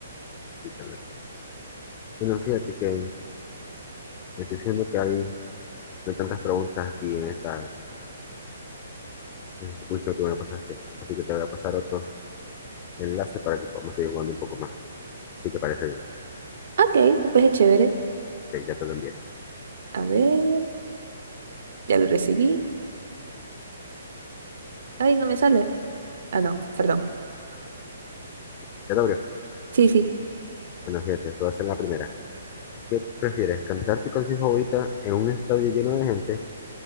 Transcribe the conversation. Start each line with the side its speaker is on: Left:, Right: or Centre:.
Left: Fíjate. Bueno, fíjate que me estoy diciendo que hay, no hay tantas preguntas aquí en esta, en este quiz que tú me pasaste. Así que te voy a pasar otro enlace para que podamos seguir jugando un poco más. Si te parece bien,
Right: Ok, pues es chévere.
Left: Que ya te lo envié.
Right: A ver, ya lo recibí. Ay, no me sale. Ah, no, perdón.
Left: ¿Ya te abrió?
Right: Sí, sí.
Left: Bueno, fíjate, te voy a hacer la primera. ¿Qué prefieres, cantar tu canción favorita en un estadio lleno de gente